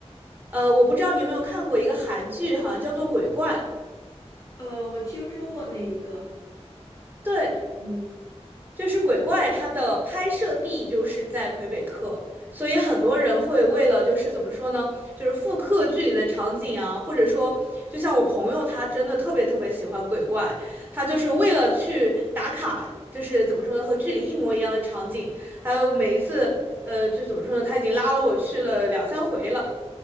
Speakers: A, on the right (about 15°); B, on the left (about 30°).
A: 呃，我不知道你有没有看过一个韩剧，好像叫做《鬼怪》。
B: 呃，我听说过那一个，
A: 对，
B: 嗯，
A: 就是鬼怪它的拍摄地就是在魁北克，所以很多人会为了就是怎么说呢，就是复刻剧里的场景啊，或者说，就像我朋友他真的特别特别喜欢鬼怪，他就是为了去打卡，就是怎么说呢，和剧里一模一样的场景，还有每一次，呃，就怎么说呢，他已经拉了我去了两三回了。